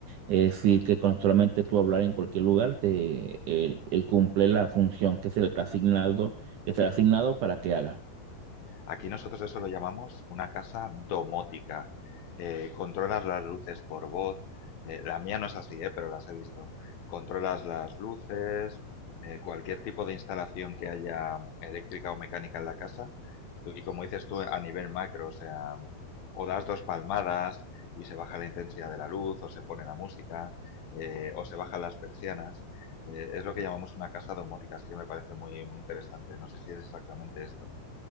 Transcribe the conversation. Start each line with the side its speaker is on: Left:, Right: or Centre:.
Right: Es decir, que con solamente tú hablar en cualquier lugar, te, él, él cumple la función que se le está asignado, que se le ha asignado para que haga.
Left: Aquí nosotros eso lo llamamos una casa domótica. Eh, controlas las luces por voz. Eh, la mía no es así, eh, pero las he visto. Controlas las luces, eh, cualquier tipo de instalación que haya eléctrica o mecánica en la casa. Tú- y como dices tú, a nivel macro, o sea, o das dos palmadas y se baja la intensidad de la luz, o se pone la música, eh, o se bajan las persianas. Eh, es lo que llamamos una casa domótica, así que me parece muy, muy interesante. No sé si es exactamente esto.